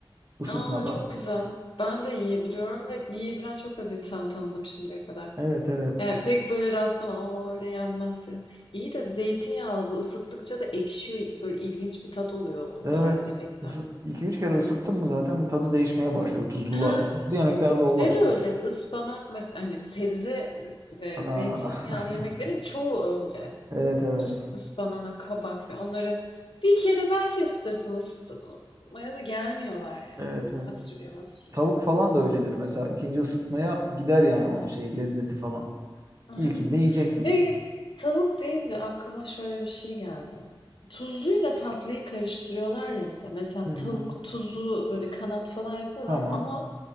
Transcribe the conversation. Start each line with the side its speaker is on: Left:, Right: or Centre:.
Right: Isıtmadan.
Left: A, çok güzel. Ben de yiyebiliyorum ve yiyebilen çok az insan tanıdım şimdiye kadar.
Right: Evet evet.
Left: Yani pek böyle rastlamadım. "Aa, öyle yenmez" filan. İyi de zeytinyağlı bu ısıttıkça da ekşiyor. Böyle ilginç bir tat oluyor o
Right: Evet.
Left: tarz yemekler.
Right: iki üç kere ısıttın mı zaten tadı değişmeye başlıyor. Tuzlu,
Left: Ha,
Right: tuzlu yemeklerde o
Left: şey
Right: var.
Left: de öyle ıspanak mesela hani sebze e, ve
Right: Aa,
Left: zeytinyağlı
Right: <laughs>
Left: yemeklerin çoğu öyle.
Right: evet evet.
Left: Ispanak, kabak falan onları bir kere belki ısıtırsın ısıtmaya da gelmiyorlar yani.
Right: Evet
Left: Böyle
Right: evet.
Left: fasulye, masulye.
Right: Tavuk falan da öyledir mesela. İkinci ısıtmaya gider yani onun şey lezzeti falan.
Left: Aynen.
Right: İlkinde yiyeceksin.
Left: Peki, tavuk deyince aklıma şöyle bir şey geldi. Tuzluyla tatlıyı karıştırıyorlar ya bir de. Mesela
Right: Hı hı.
Left: tavuk tuzlu böyle kanat falan yapıyorlar
Right: Tamam.
Left: ama